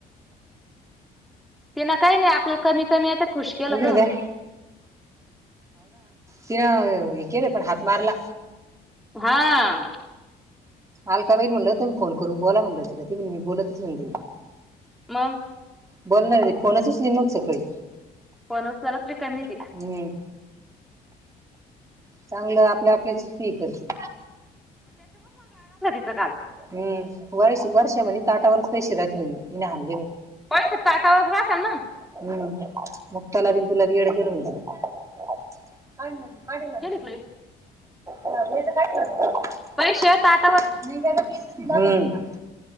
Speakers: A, in the centre; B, on the right.
A: तिन काही नाही आपल्या कमी कमी आहे तर खुश केलं
B: इकडे
A: ग
B: द्या त्या एकीने पण हात मारला.
A: हा
B: आलका बाई म्हटलं होतं मी फोन करून बोला म्हणल तिला ती म्हणली मी बोलतच नाही तिला
A: मग
B: बोलणार नाही, फोनच उचलीत नव्हती सकाळी
A: पणसत्याला लय काय माहिती
B: हम्म चांगलं आपल्या आपल्याचीच पी करती
A: तर घात
B: हम्म वरिष वर्षाभरी ताटावरच पैशे राहती म्हणे मी न्यान
A: पैशे ताटावरच राह त्याल ना
B: हम्म मुक्ताला बी अन तुला बीन येडच <unintelligible> काय आणल्यात काय नई झालं,
A: गेली का लाईट?
B: हा घे जा क काय गरज झाली
A: पैशे येतात.
B: हम्म